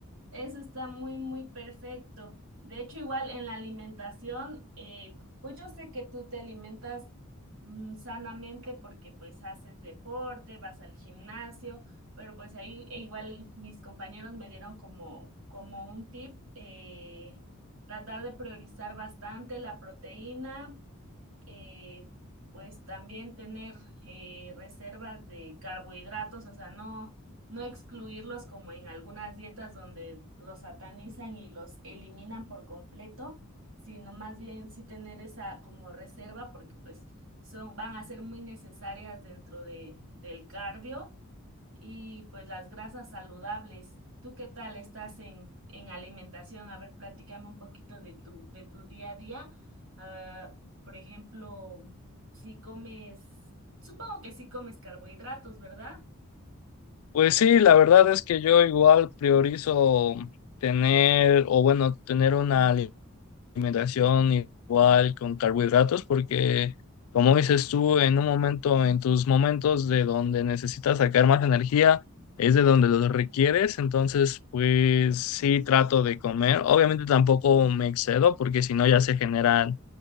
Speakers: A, on the right (about 70°); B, on the left (about 80°).
A: Eso está muy, muy perfecto. De hecho, igual en la alimentación, eh, pues yo sé que tú te alimentas mm, sanamente porque pues haces deporte, vas al gimnasio, pero pues ahí e igual mis compañeros me dieron como, como un tip, eh, tratar de priorizar bastante la proteína, eh, pues también tener eh, reservas de carbohidratos, o sea, no, no excluirlos como en algunas dietas donde los satanizan y los eliminan por completo, sino más bien sí tener esa como reserva porque pues son, van a ser muy necesarias dentro de, del cardio y pues las grasas saludables. ¿Tú qué tal estás en, en alimentación? A ver, platícame un poquito de tu, de tu día a día. Ah, por ejemplo, si comes, supongo que sí comes carbohidratos, ¿verdad?
B: Pues sí, la verdad es que yo igual priorizo tener, o bueno, tener una alimentación igual con carbohidratos porque, como dices tú, en un momento, en tus momentos de donde necesitas sacar más energía, es de donde los requieres, entonces pues sí trato de comer. Obviamente tampoco me excedo porque si no ya se generan,